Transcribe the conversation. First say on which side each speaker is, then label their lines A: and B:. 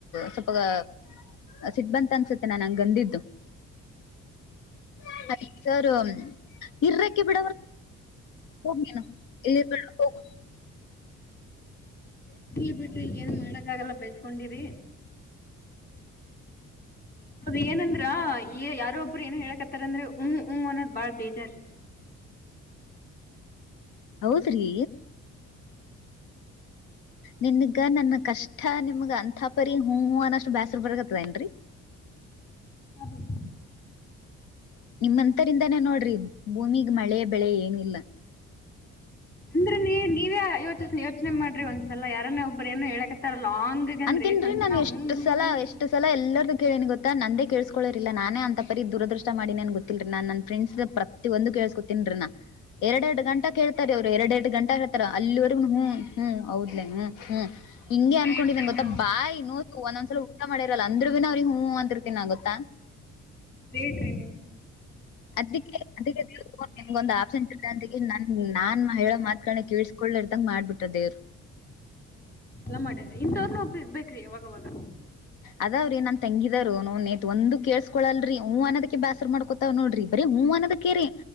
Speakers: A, on the left; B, on the left.
A: ಸ್ವಲ್ಪಗ ಹ ಸಿಟ್ ಬಂತ ಅನ್ಸುತ್ತೆ ನಾ ಹಂಗಂದಿದ್ದು ಅದಕ್ಕ ಸರ್ ಇರಕ್ಕೆ ಬಿಡವ ಹೋಗ ನೀನು ಇಲ್ಲ ಇರಬೇಡ ಹೋಗು
B: ಇಲ್ ಬಿಡ್ರಿ ಏನ್ ಮಾಡಕ್ಕ ಆಗಲ್ಲ ಬೈಸ್ಕೊಂಡಿರಿ ಅದ ಏನಂದ್ರ ಈ ಯಾರ ಒಬ್ಬರು ಏನ್ ಹೇಳಕತ್ತಾರ ಅಂದ್ರ ಹ್ಮ್ ಹ್ಮ್ ಅನ್ನೋದ್ ಬಾಳ್ ಬೇಜಾರ್
A: ಹೌದ್ರಿ ನಿನ್ಗ ನನ್ನ ಕಷ್ಟ ನಿಮಗ ಅಂಥ ಪರಿ ಹ್ಮ ಹ್ಮ ಅನ್ನಷ್ಟು ಬ್ಯಾಸ್ರ ಬರಕತ್ತದ ಏನ್ರರಿ <inaudible>
B: ಹ ರಿ
A: ನಿಮ್ಮಂತರಿಂದಾನೇ ನೋಡ್ರಿ ಭೂಮಿ ಮಳೆ ಬೆಳೆ ಏನು ಇಲ್ಲ
B: ಅಂದ್ರೆ ನೀ ನೀವೇ ಯೋಚನೆ ಯೋಚನೆ ಮಾಡ್ರಿ ಒಂದ್ಸಲ ಯಾರನ್ನೇ ಒಬ್ಬ್ರ ಏನು ಹೇಳಕತ್ತಾರ ಲಾಂಗಗೆ ಅಂದ್ರೆ
A: ಅಂತನ
B: ಚಂತನ
A: ಲೀ ನಾನ್ ಎಷ್ಟು
B: ಹ್ಮ್ ಹ್ಮ್
A: ಸಲ
B: ಹ್ಮ್
A: ಎಷ್ಟ್ ಸಲ ಎಲ್ಲಾರ್ದು ಕೇಳೇನಿ ಗೊತ್ತಾ ನಂದೇ ಕೇಳಸ್ಕೊಳರೀಲ್ಲ ನಾನೇ ಅಂತ ಪರಿ ದುರದೃಷ್ಟ ಮಾಡಿ ನನ್ ಗೊತ್ತಿಲ್ಲರಿ ನಾನ್ ನನ್ ಫ್ರೆಂಡ್ಸ್ ಪ್ರತಿ ಒಂದು ಕೇಳ್ಸ್ ಗೊತ್ತೀನ್ರಿ ನಾ ಎರಡೆ ಎರಡು ಗಂಟ ಕೇಳ್ತಾರೆ ಅವ್ರು ಎರಡ್ ಎರಡ್ ಗಂಟಾ ಹೇರ್ತಾರ ಅಲ್ಲಿವರೆಗೂ ಹ್ಮ್ ಹ್ಮ್ ಹೌದ್ಲೆ ಹ್ಮ್ ಹ್ಮ್ ಹಿಂಗೆ
B: ಗ್ರೇಟ್
A: ಅನ್ಕೊಂಡಿದಂಗ
B: ರೀ
A: ಗೋತ್ತಾ
B: ನೀವು
A: ಬಾಯಿ ನೋ ಒಂದೊಂದ್ಸಲ ಊಟ ಮಾಡಿರಲ್ಲ ಅಂದ್ರು ಬಿ ಅವ್ರಿಗೆ ಹೂ ಅಂತಿರ್ತೀನ ಗೋತ್ತಾ
B: ಬೇಡ್ರಿ ನೀವು
A: ಹ ಅದಕ್ಕೆ ಅದ ನಿಗೊಂದ್ ಆಪ್ಷನ್ ಇ ಅಂತ ನನ್ ನಾನ್ ಮಹಿ ಮಾತ್ಕ ಕೇಳ್ಸ್ಕೊಳಾರದಂಗ ಮಾಡ್ಬಿಟ್ಟ ದೇವರು
B: ನ ಮಾಡ್ಯ್ರಿ ಇಂತ ಒಬ್ಬರ ಇರಬೇಕ್ರಿ ಅವಾಗವಾಗ
A: ಅದಾವ್ರೀ ನಮ ತಂಗಿದಾರ ನೌನ ನೇತಿ ಒಂದು ಕೇಳ್ಸ್ಕೊಳಲ್ರರಿ ಹ್ಮ್ ಅನ್ನೋದಕ್ಕೆ ಬ್ಯಾಸರ್ ಮಾಡ್ಕೊತಾವ್ ನೋಡ್ರಿ ಬರಿ ಹ್ಮ್ ಅನದಕ್ಕೇರಿ